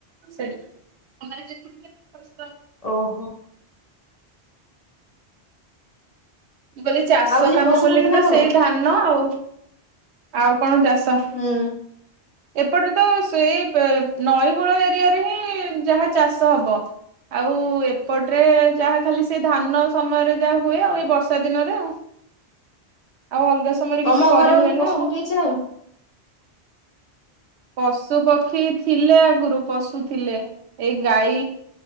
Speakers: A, on the right; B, on the left.
A: ସେଇଠି ତମର ଯେତିକି କେତେ <unintelligible>
B: ଓହୋ
A: ମୁଁ କହିଲି ଚାଷ
B: ଆଉ କିଛି
A: କାମ
B: ପଶୁ
A: ବୋଲିକି
B: ପକ୍ଷୀ ନାହିଁ
A: ତ
B: ତମର?
A: ସେଇ ଧାନ ଆଉ ଆଉ କଣ ଚାଷ
B: ହୁଁ
A: ଏପଟେ ତ ତ ଏଇ ବ ନଇ କୂଳ ଏରିଆରେ ହିଁ ଯାହା ଚାଷ ହବ। ଆଉ ଏପଟରେ ଯାହା ଖାଲି ସେଇ ଧାନ ସମୟରେ ଯାହା ହୁଏ ଏଇ ବର୍ଷ ବର୍ଷା ଦିନରେ ଆଉ। ଆଉ ଅଲଗା ସମୟରେ
B: ତମ
A: କିଛି କରିହୁଏନା
B: ଘରେ ହଉଛି ପଶୁ
A: ଆଉ।
B: ପକ୍ଷୀ କିଛି ନାହିଁ?
A: ପଶୁ ପ ପକ୍ଷୀ ଥିଲେ ଆଗରୁ ପଶୁ ଥିଲେ ଏଇ ଗାଈ